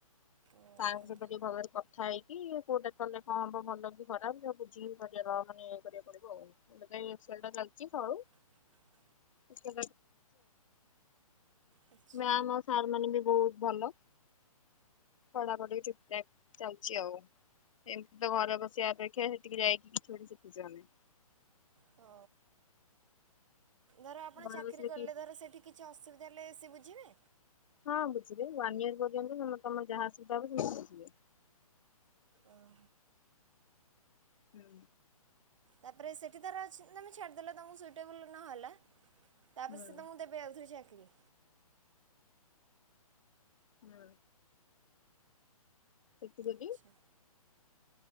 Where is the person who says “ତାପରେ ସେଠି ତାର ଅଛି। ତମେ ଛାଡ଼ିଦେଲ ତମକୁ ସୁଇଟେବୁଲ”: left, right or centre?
Right